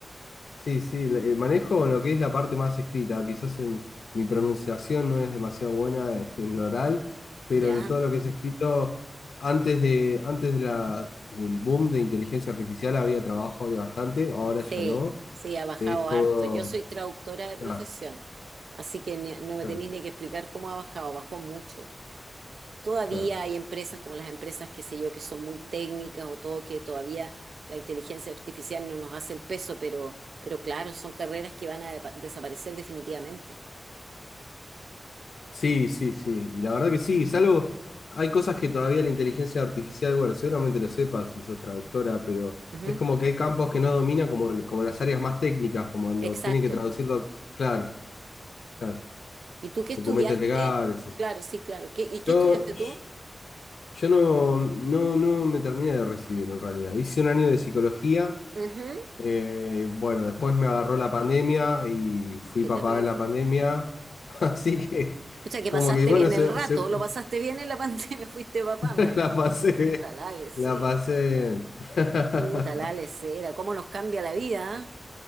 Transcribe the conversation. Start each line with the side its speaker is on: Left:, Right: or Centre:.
Left: Sí, sí, la- eh, manejo lo que es la parte más escrita, quizás en, mi pronunciación no es demasiado buena eh, en lo oral, pero
Right: ya.
Left: en todo lo que es escrito, antes de, antes de la, del boom de inteligencia artificial había trabajo, había bastante, ahora
Right: Sí,
Left: ya no,
Right: sí, ha bajado
Left: es todo...
Right: harto. Yo soy traductora de
Left: Claro,
Right: profesión, así que ni- no me
Left: claro,
Right: tenéis ni que explicar cómo ha bajado, bajó mucho. Todavía
Left: claro.
Right: hay empresas como las empresas, qué sé yo, que son muy técnicas o todo, que todavía la inteligencia artificial no nos hace el peso, pero, pero claro, son carreras que van a depa- desaparecer definitivamente.
Left: Sí, sí, sí. Y la verdad que sí, salvo hay cosas que todavía la inteligencia artificial, bueno, seguramente lo sepas si sos traductora, pero
Right: Ujú,
Left: es como que hay campos que no domina, como, el- como las áreas más técnicas, como cuando
Right: Exacto.
Left: tienen que traducir, doc- claro, claro,
Right: ¿Y tú qué estudiaste?
Left: documentos legales. eso.
Right: Claro, sí, claro. ¿Qué- ¿Y qué
Left: Yo,
Right: estudiaste
Left: yo
Right: tú?
Left: yo no, no, no me terminé de recibir en realidad. Hice un año de psicología,
Right: Ujú.
Left: eh, bueno, después me agarró la pandemia y fui
Right: Qué
Left: papá
Right: terrible.
Left: en la pandemia, <laughs> así que
Right: O sea, que
Left: como
Right: pasaste
Left: que bueno,
Right: bien
Left: se,
Right: el rato,
Left: se-
Right: lo pasaste bien en la <laughs> pandemia, fuiste papá
Left: <laughs>
Right: más encima.
Left: La pasé,
Right: Chuta
Left: bien,
Right: la lesera,
Left: la pasé bien. <laughs>
Right: chuta la lesera, cómo nos cambia la vida, ¿ah?